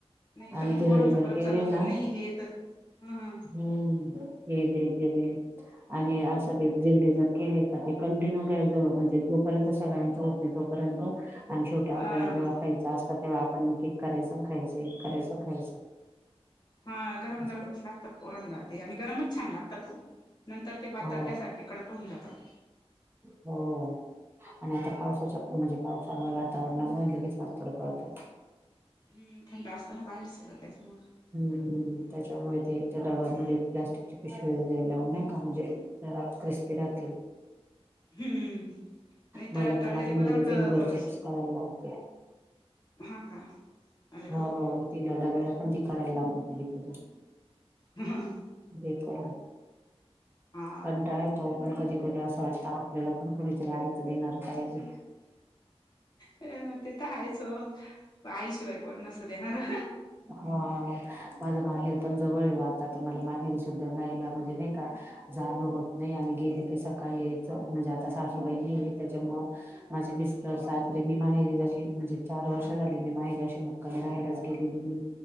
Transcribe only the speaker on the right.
आणि
धिरडे
जर
केले
ना
हम्म हे दे ते दे आणि असं का घेवडे जर केले तर ते कंटिन्यू गॅसजवळ म्हणजे जोपर्यंत सगळ्यांच होत नाही तोपर्यंत आणि शेवटी आपल्याला
जेव्हा खायचं असतात तेव्हा आपण एक करायचं खायचं, एक करायचं खायचं.
असं
हो
हो आणि आता पावसाच्या म्हणजे पावसामुळे वातावरणामुळे लगेच वातोड पडतात.
हम्म त्याच्यामुळे ते एका डब्यामध्ये प्लास्टिकची पिशवी वगैरे लावून नाही का म्हणजे जरा क्रिस्पी रातील.
मला
तर माझी मुलगी
फिंगर
चिप्स करायला लावते.
हो
ती <unintelligible> पण ती करायला लावती.
दे करून
कंटाळा येतोय. पण कधी कधी असं वाटत आपल्याला पण कुणीतरी आयत देणार पाहिजे.
हा माझ माहेर पण जवळ ये बुवा आता तर मला माहेरी सुद्धा जायला म्हणजे नाही का जाणं होत नाही आणि गेली की सकाळी यायचं म्हणजे आता सासूबाई नाही येत त्याच्यामुळं माझे मिस्टर <unintelligible> मी माहेरी जशी म्हणजे चार वर्ष झाली मी माहेरी अशी कमी राहायलाच गेलेली मी.